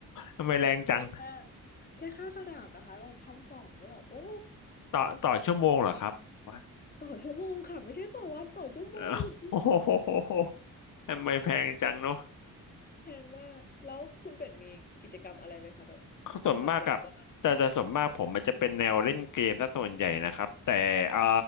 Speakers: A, on the left; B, on the left.
A: ทำไมแรงจัง
B: อันนี้แค่แค่ค่าสนามนะคะแบบพันสองก็แบบโอ้ <laughs>
A: ต่อต่อชั่วโมงเหรอครับว่า
B: ต่อชั่วโมงค่ะไม่ใช่ต่อวันต่อชั่วโมง
A: เออโอ้โห
B: <laughs>
A: ทำไมแพงจังเนอะ
B: แพงมากแล้วคุณเป็นมีกิจกรรมอะไรไหมคะแบบ
A: ส่วนมากกับแต่จะส่วนมากผมมันจะเป็นแนวเล่นเกมซะส่วนใหญ่นะครับแต่เอ่า
B: ทำยามว่าง